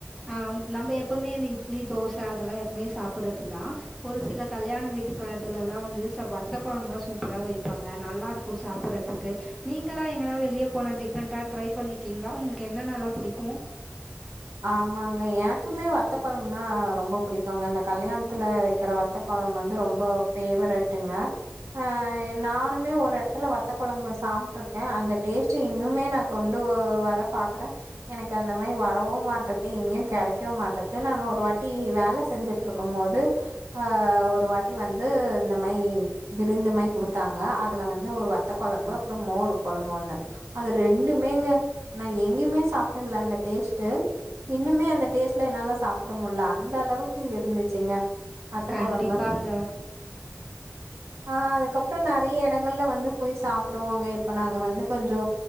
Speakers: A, in the centre; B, on the right.
A: ஆ நம்ப எப்பமே இந்த இட்லி தோச அதெல்லா எப்பவுமே சாப்புர்றதுதா ஒரு சில கல்யாண வீட்டுக்கலத்துலலா வந்து ச வத்த கொழம்புலா சூப்பரா வைப்பாங்க நல்லாருக்கு சாப்புர்றத்துக்கு நீங்களா எங்கன்னா வெளிய போனா டிஃப்ரெண்ட்டா ட்ரை பண்ணிக்கீங்களா உங்களுக்கு என்னென்னல்லா புடிக்கு
B: ஆமாங்க எனக்குமே வத்த கொழம்புனா ரொம்போ புடிக்குங்க இந்த கல்யாணத்துல வெக்கிற வத்த கொழம் வந்து ரொம்ப ஃபேவரட்டுங்க ஆ நானுமே ஒரு எடத்துல வத்த கொழம்பு சாப்ட்ருக்க அந்த டேஸ்ட்டு இன்னுமே நா கொண்டு வர பாக்குற எனக்கு அந்த மாரி வர் மாட்டக்கு எங்கயுங் கெடைக்கவு மாட்ருக்கு நாங்க ஒரு வாட்டி வேல செஞ்சுட்ருக்கும் போது ஆ ஒரு வாட்டி வந்து இந்த மாரி விருந்து மாரி குடுத்தாங்க அதுல வந்து ஒரு வத்த கொழம்பு அப்புறோ மோரு கொழம்பு ஒன்னு அது ரெண்டுமேங்க நா எங்கயுமே சாப்டதில்ல அந்த டேஸ் டு இன்னுமே அந்த டேஸ்டுல என்னால சாப்புட முடில அந்த அளவுக்கு இருந்துச்சுங்க வத்த
A: கண்டிப்பாங்க
B: கொழம்பு ஆ அதுக்கப்பறோ நறையா எடங்கள்ல வந்து போய் சாப்புடுவோங்க இப்ப நாங்க வந்து கொஞ்சோ